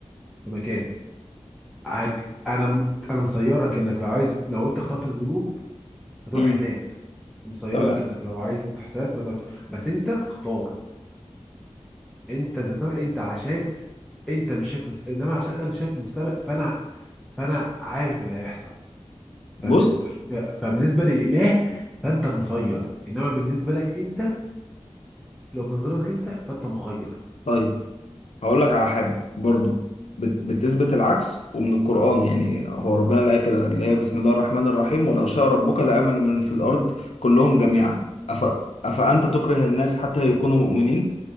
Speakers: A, in the centre; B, on the left (about 75°).
A: في مكان هج... انا م- انا مسيرك انك لو عايز لو انت اخترت الذنوب هتروح
B: امم
A: هناك مسيرك
B: تمام
A: انك لو عايز الحسنات فهتروح بس انت بتختار انت ذات نف- انت عشان انت مش شايف مس... انما عشان انا شايف المستقبل فانا فانا عارف اللي هيحصل فمز...
B: بص
A: ف... فبالنسبه للاله فانت مسير انما بالنسبه لك انت لو بنظرتك انت فانت مخير
B: طيب هقول لك على حاجه برضو بت- بتثبت العكس ومن القران يعني هو ربنا لا كده اللي هي بسم الله الرحمن الرحيم ولو شاء ربك لامن من في الارض كلهم جميعا أف... افانت تكره الناس حتى يكونوا مؤمنين